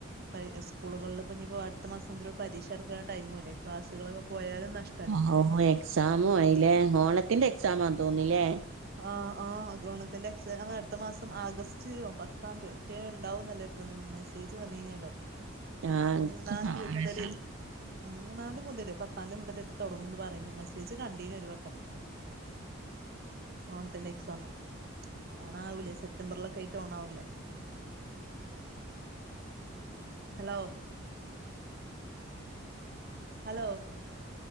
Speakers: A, on the right; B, on the right.
A: പ സ്കൂളുകളിൽ ഇപ്പ ഞ്ഞിപ്പോ അടുത്ത മാസം മുതൽ പരീക്ഷ നടക്കുന്ന ടൈമും അല്ലേ? ക്ലാസ്സുകളൊകെ പോയാലും നഷ്ടല്ലേ?
B: <unintelligible> എക്സാമുആയില്ലേ ഓണത്തിന്റെ എക്സാമാ ആന്ന്തോന്നില്ലേ?
A: ആഹ ആഹ് ഓണത്തിന്റെ എക്സാം അടുത്ത മാസം ആഗസ്റ്റ് ഒൻ പത്താം തീയോ റ്റ ഇണ്ടാവുന്നല്ലേ. മ് മെസ്സേജ് വന്നീനല്ലോ
B: ഞങ്ങക്ക്
A: മൂന്നാംതീ
B: ആഹ്
A: മുതല്.
B: സ
A: ഉ മൂന്നാംതി മുതൽ പത്താന്തി മുതലൊ ഏത്തു തുടങ്ങുംന്ന് പറയുന്നേ മെസ്സേജ് കണ്ടീന് ഒരു വട്ടം. <inaudible> ഓണത്തിന്റെ എക്സാം ഓണാവൂലേ സെപ്റ്റംബറിലൊക്കെ ആയിട്ട് ഓണാവൂലേ? ഹലോ. ഹലോ